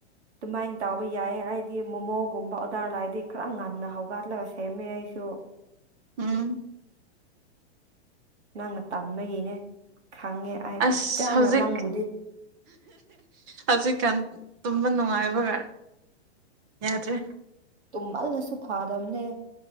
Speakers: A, on the right; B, on the right.
A: ꯑꯗꯨꯃꯥꯏꯅ ꯇꯥꯎꯕ ꯌꯥꯏ ꯑꯩ ꯃꯣꯃꯣꯒꯨꯝꯕ ꯑꯣꯔꯗꯔ ꯂꯥꯛꯑꯗꯤ ꯈꯔ ꯉꯟꯅ ꯍꯧꯒꯠꯂꯒ ꯁꯦꯝꯃꯦ ꯑꯩꯁꯨ
B: ꯎꯝ꯫
A: ꯅꯪꯅ ꯇꯟꯕꯒꯤꯅꯦ ꯈꯪꯉꯦ ꯑꯩ
B: ꯑꯁ
A: ꯐꯖꯅ
B: ꯍꯧꯖꯤꯛ
A: ꯅꯪꯕꯨꯗꯤ
B: ꯍꯧꯖꯤꯛꯀꯥꯟ ꯇꯨꯝꯕ ꯅꯨꯡꯉꯥꯏꯕꯒ ꯌꯥꯗ꯭ꯔꯤ
A: ꯇꯨꯝꯃꯜꯂꯁꯨ ꯐꯥꯗꯝꯅꯦ